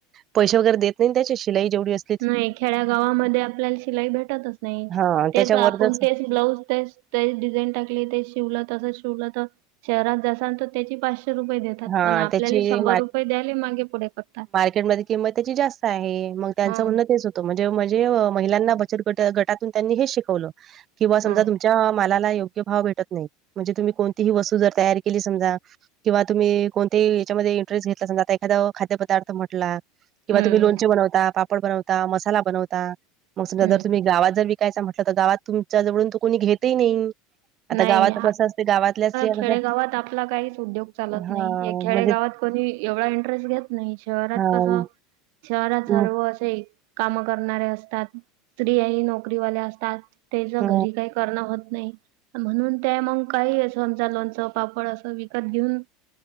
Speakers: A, on the right; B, on the right.
A: पैसे वगैरे देत नाही त्याची शिलाई जेवढी अस
B: नाही खेड्या गावामध्ये आपल्याला शिलाई भेटतच नाही
A: हा
B: तेच
A: त्याच्यावर
B: आपण
A: जर
B: तेच ब्लाऊज तेच ते डिझाईन टाकली ते शिवलं तसंच शिवलं तर शहरात जासाल तर त्याची पाचशे रुपये देत
A: हा
B: पण आपल्याला
A: त्याची
B: शंभर रुपये द्यायला मागे पुढे करतात.
A: कि त्याची किमत जास्त आहेग त्यांचं
B: हा
A: म्हण म्हणजे म्हणजे महिलांना बचत गट गटातून त्यांनी हे शिकवलं. किंवा समजा
B: हा
A: तुमच्या मालाला योग्य भाव भेटत नाही म्हणजे तुम्ही कोणतीही वस्तू जर तयार केली समजा. किंवा तुम्ही कोणतेही याच्यामध्ये इंटरेस्ट घेतला अस आता एखादा खाद्यपदार्थ म्हटला किंवा
B: हम्म
A: तुम्ही लोणचे बनवता पापड बनवता मसाला बनवता मग समजा
B: हम्म
A: जर तुम्ही गावात जर विक कायच म्हटलं तर गावात तुमच्या जवळून तो कोणी घेतही नाही आता
B: नाही
A: गावात कसं असते गावातल्या स्त्रिया
B: खेडेगावात
A: कसं
B: आपला काहीच उद्योग चालत
A: हां
B: नाही या खेडेगावात
A: म्हणजे
B: कोणी एवढा इंटरेस्ट घेत नाही शहरात
A: हां.
B: कसं शहरात
A: मग
B: सर्व असे काम करणारे असतात स्त्री ह नोकरीवाले असतात. त्याच्या
A: अ,
B: घरी काही करण होत नाही म्हणून त्या मग काही असमज लोणचं पापड असं विक त घेऊन